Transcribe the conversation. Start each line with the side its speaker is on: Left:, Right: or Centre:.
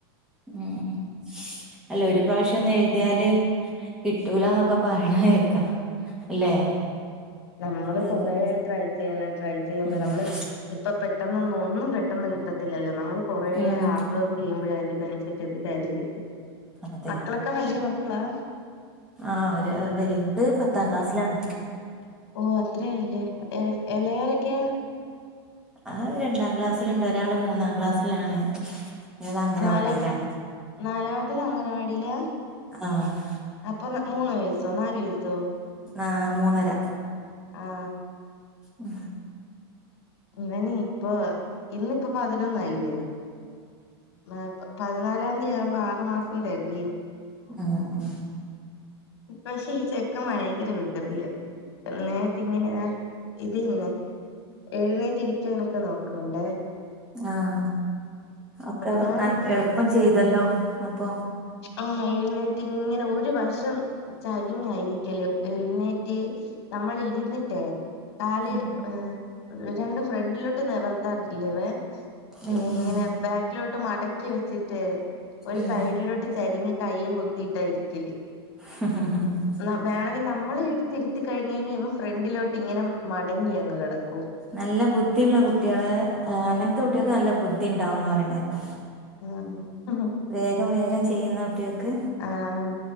Centre: ഉം അല്ല ഒരു പ്രാവിശ്യൊന്ന് എഴുതിയാല്. കിട്ടൂലാന്നൊക്കെ പറയ്ണ കേക്കാ അല്ലേ?
Left: നമ്മള്
Centre: അതൊക്കെ
Left: കൊറേ ട്രൈ ചെയ്യണം ട്രൈ ചെയ്യുമ്പ
Centre: ആഹ്
Left: നമ്മള് ഇപ്പൊ പെട്ടന്നൊന്നും ഒന്നും പെട്ടെന്ന് കിട്ടത്തില്ലല്ലോ നമ്മൾ കൊറേ
Centre: ഉം
Left: ഹാർഡ് വർക്ക് ചെയ്യുമ്പഴേ അതിന്റെ ബെനിഫിറ്റ് എന്തായാലും കിട്ടും
Centre: അതെ
Left: മക്കളൊക്കെ വല്ല്യ മക്കളാ?
Centre: ആഹ് ഒരു വല്ത് പത്താം ക്ലാസ്സിലാണ്
Left: ഓഹ് അത്ര ആയല്ലേ എളയവര് ഒക്കെയേ?
Centre: അഹ് രണ്ടാം ക്ലാസ്സില്ണ്ട് ഒരാള് മൂന്നാം ക്ലാസ്സിലാണ് ഒരാള് അംഗനവാടിയിലാണ്
Left: നാലാ നാലാമത്തേത് അംഗനവാടിയിലാ?
Centre: ആഹ്
Left: അപ്പൊ മൂന്ന് വയസ്സോ നാല് വയസ്സോ?
Centre: ആഹ് മൂന്നര
Left: ആഹ്
Centre: ഉം
Left: ഇവന് ഇപ്പൊ ഇന്നിപ്പൊ പതിനൊന്നായില്ലേ? ഉം പതിനാലാം തീയതി ആവുമ്പോ ആറ് മാസം തികയും
Centre: ആഹ് ആഹ്
Left: പക്ഷെ ഈ ചെക്കൻ ഭയങ്കര വികൃതിയാ നേരത്തെ ഇങ്ങനെ ഇത് തന്നെ എഴുന്നേറ്റിരിക്കാനൊക്കെ നോക്കണ് ണ്ടേ
Centre: ആഹ് ഒക്കെ
Left: ഞാൻ
Centre: നൽ എളുപ്പം ചെയ്തല്ലോ അപ്പൊ
Left: ആഹ് എഴുന്നേറ്റിങ്ങനെ ഒരു വശം ചരിഞ്ഞാ ഇരിക്കല് എഴുന്നേറ്റ് നമ്മൾ ഇരുന്നിട്ടേ കാല്
Centre: ഉം
Left: ഏഹ് രണ്ട് ഫ്രണ്ടിലോട്ട് നിവർ ട്ടാറില്ലാ ഇവൻ
Centre: ഉം
Left: ഈ ഇങ്ങനെ
Centre: ഉം
Left: ബാക്കിലോട്ട് മടക്കി വെച്ചിട്ട് ഒരു
Centre: ഉം
Left: സൈഡിലോട്ട് ചരിഞ്ഞ് കയ്യും കറുത്തിയിട്ടാ ഇരിക്കല്
Centre: ഹ ഹ ഹാ ഹ
Left: നമ് വേണെങ്കി നമ്മളെ എടുത്തിരുത്തി കഴിഞ്ഞ് കഴിഞ്ഞാ ഇവൻ ഫ്രണ്ടിലോട്ട് ഇങ്ങനെ മടങ്ങി അങ്ങ് കെടക്കും
Centre: നല്ല ബുദ്ധിയുള്ള കുട്ട്യേള് ഏഹ് അങ്ങൻത്തെ കുട്ട്യേക്ക് നല്ല ബുദ്ധി ഇണ്ടാവൂന്ന് പറയണ കേക്കാം
Left: <unintelligible>
Centre: വേഗം വേഗം ചെയ്യുന്ന കുട്ട്യേക്ക്
Left: ആഹ്